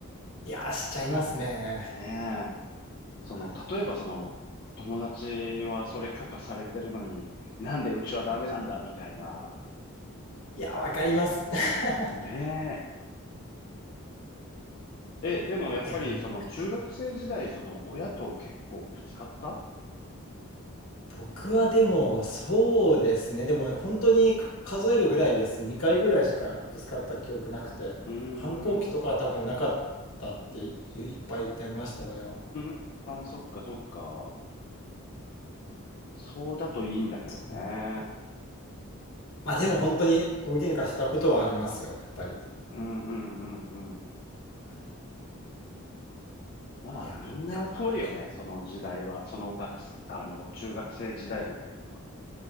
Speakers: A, on the left; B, on the left.
A: いやー、しちゃいますね。
B: ねその、
A: はい。
B: 例えばその、友達はそれ許可されてるのに、なんでうちはダメなんだ、みたいな。
A: いやー、わかります。<laughs>
B: ねえ。え、でもやっぱりその、
A: いや、難しい。
B: 中学生時代、その、親と結構ぶつかった
A: 僕はでも、そうですね。でも本当に数えるぐらいです。2回ぐらいしかぶつかった記憶なくて、
B: うーん、
A: 反抗期とかは多分なかったっていいっぱい言ってました、
B: う
A: 親は。
B: ん、あー、そっかそっか。そうだといいんだけどね。
A: そうまあでも本当に大喧嘩したことはありますよ、やっぱり。
B: うんうんうんうん。
A: はい
B: まあ、
A: いやー、
B: みんな通るよね、
A: やっぱね、
B: その時代は。その学生、あの、中学生時代ぐらいには。